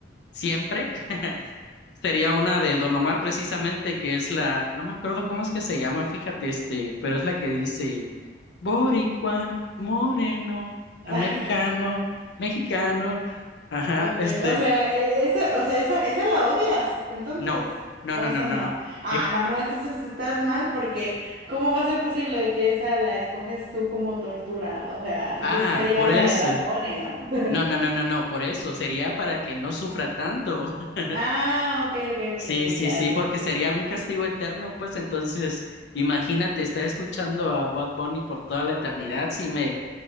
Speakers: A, on the left (about 65°); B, on the right (about 50°).
A: siempre, Sería una de Don Omar precisamente, que es la, no me acuerdo cómo es que se llama, fíjate, este, pero es la que dice Boricua, moreno,
B: <laughs>
A: americano, mexicano, ajá,
B: Okay,
A: este,
B: o sea, e- esa, o sea, esa, esa la odias, entonces,
A: no, no,
B: o
A: no,
B: esa
A: no, no,
B: no.
A: no.
B: Ah,
A: eh,
B: no,
A: eh,
B: no, entonces estás mal porque ¿cómo va a ser posible de que esa la escoges tú como tortura? O sea, entonces
A: ah,
B: sería
A: por
B: una
A: eso.
B: de Bad Bunny, ¿no? <laughs>
A: No, no, no, no, no, por eso sería para que no sufra tanto. <laughs>
B: Ah, ok, ok, ok,
A: Sí,
B: ok,
A: sí,
B: ya,
A: sí,
B: ya
A: porque
B: te entendí.
A: sería un castigo eterno, pues entonces, imagínate estar escuchando a Bad Bunny por toda la eternidad, si me